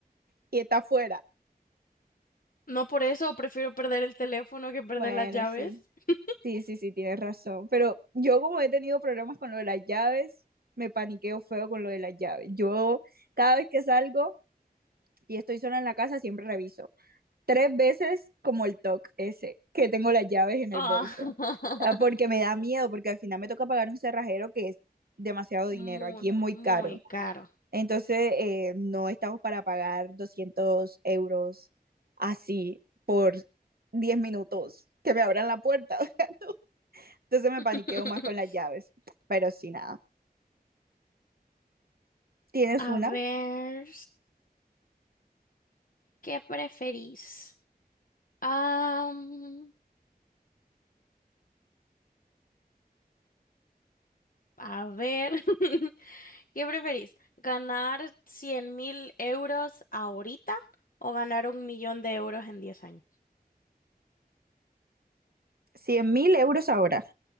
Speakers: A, on the right; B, on the left.
A: Y está afuera.
B: No por eso, prefiero perder el teléfono que perder
A: Bueno,
B: las llaves.
A: sí.
B: <laughs>
A: Sí, sí, sí, tienes razón. Pero yo como he tenido problemas con lo de las llaves, me paniqueo feo con lo de las llaves. Yo cada vez que salgo y estoy sola en la casa, siempre reviso. Tres veces como el TOC ese, que tengo las llaves en el
B: Ah,
A: bolso.
B: <laughs>
A: Ah, Porque me da miedo, porque al final me toca pagar un cerrajero que es demasiado
B: muy,
A: dinero. Aquí es muy
B: muy
A: caro.
B: caro.
A: Entonces, eh, no estamos para pagar 200 euros así por 10 minutos que me abran la puerta. <laughs> Entonces me
B: <laughs>
A: paniqueo más con las llaves. Pero sí, nada. ¿Tienes
B: A
A: una?
B: ver, ¿qué preferís? Am, a ver, <laughs> ¿qué preferís? ¿Ganar cien mil euros ahorita o ganar un millón de euros en 10 años?
A: cien mil euros ahora.